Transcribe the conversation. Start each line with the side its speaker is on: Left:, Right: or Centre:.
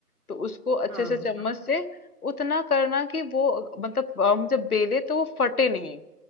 Left: तो उसको अच्छे
Right: हाँ
Left: से
Right: हाँ
Left: चम्मच
Right: हाँ
Left: से उतना करना कि वो मतलब हम जब बेले तो वो फटे नहीं